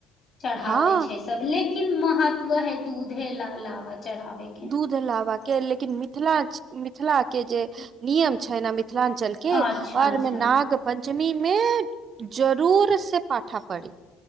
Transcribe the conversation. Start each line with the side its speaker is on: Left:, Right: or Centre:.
Left: चढ़ाबै
Right: हँ
Left: छै सब लेकिन महत्व है दूधे ला लावा चढ़ावे के
Right: दूध लाबा के लेकिन मिथिला मिथिलाके जे नियम छैय ने मि मिथिलांचल के
Left: अच्छा
Right: आओर
Left: अच्छा
Right: मे नाग पञ्चमी मे जरूर से पाठा पढ़ी